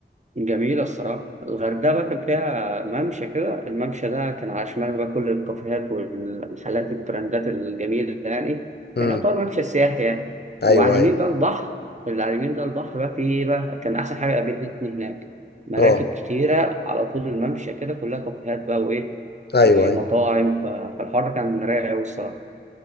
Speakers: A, on the right; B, on the left.
A: جميلة الصراحة الغردقة بقى كان فيها ممشى كده الممشى ده كان على شمال بقى كل الكافيهات والمحلات البراندات الجميلة يعني كان
B: امم
A: يعتبر ممشى سياحي يعني
B: ايوه
A: وعلى اليمين
B: ايوه
A: بقى البحر اللي على اليمين ده البحر بقى فيه بقى كان أحسن حاجة قابلتني هناك مراكب
B: اه
A: كتيرة على طول الممشى كده كلها كافيهات بقى وإيه
B: ايوه
A: ومطاعم
B: ايوه
A: ف- فالحر كان رايق أوي الصراحة